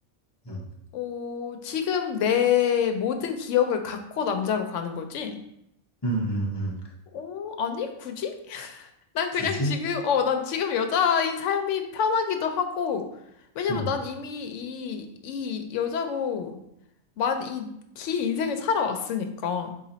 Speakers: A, on the left; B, on the left.
A: 응.
B: 오, 지금 내 모든 기억을 갖고 남자로 가는 거지?
A: 응, 응, 응.
B: 오, 아니, 굳이? 난 그냥
A: 굳이?
B: 지금, 어, 난 지금 여자인 삶이 편하기도 하고, 왜냐면
A: 응.
B: 난 이미 이, 이 여자로 만 이 긴 인생을 살아왔으니까.